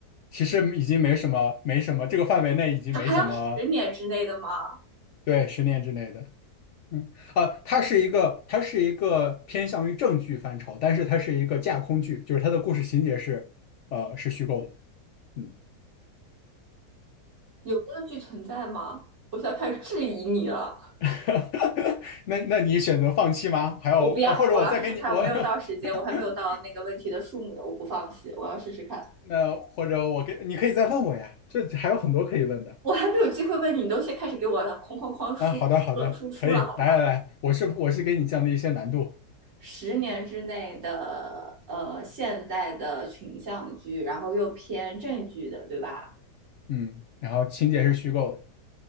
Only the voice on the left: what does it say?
其实已经没什么，没什么，这个范围内已经没什么，
对，十年之内的。嗯，啊，它是一个，它是一个偏向于正剧范畴，但是它是一个架空剧，就是它的故事情节是，呃，是虚构的。嗯，
<laughs> 那那你选择放弃吗？还有啊，
或者我再给你我，
<laughs>
那或者我给你可以再问我呀，这还有很多可以问的
啊。好的，好的，
可以，
来来来，我是我是给你降低一些难度，
嗯，然后情节是虚构的，